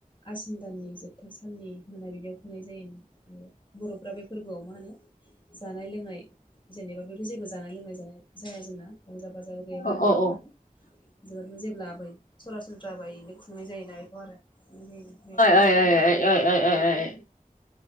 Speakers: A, on the left (about 35°); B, on the left (about 70°).
A: आसिन दाननि जोबथा साननि मोनाबिलियाव खुंनाय जायो। बर'फ्रा बे फोरबोआव मा होनो जानाय लोंनाय जेनेबा बे जानाय लोंनाय जानाय जाया जोंना रंजा बाजाबो गैयाब्ला
B: औ
A: नुनो
B: औ औ
A: मानो। जोबोदनो जेब्ला बै सरासनस्रा बायनो खुंनाय जायोना बेखौ आरो खुंनाय जायो। बे
B: <unintelligible>